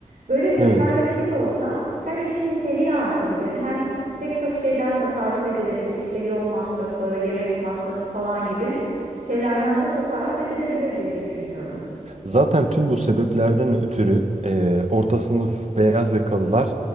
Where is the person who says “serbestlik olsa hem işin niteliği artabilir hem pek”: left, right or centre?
Right